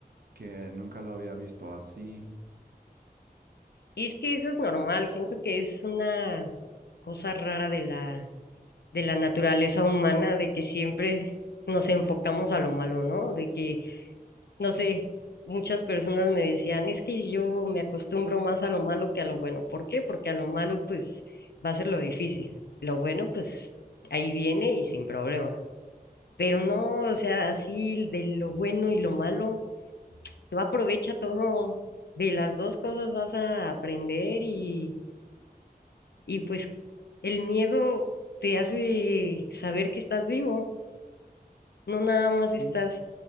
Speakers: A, on the right; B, on the left.
A: que nunca lo había visto así.
B: Y es que eso es normal, siento que es una cosa rara de la, de la naturaleza humana, de que siempre nos enfocamos a lo malo, ¿no? De que, no sé, muchas personas me decían, es que yo me acostumbro más a lo malo que a lo bueno. ¿Por qué? Porque a lo malo pues va a ser lo difícil. Lo bueno pues ahí viene y sin problema. Pero no, o sea, así de lo bueno y lo malo, tú aprovecha todo, de las dos cosas vas a aprender y, y pues el miedo te hace saber que estás vivo, no nada más
A: Sí,
B: estás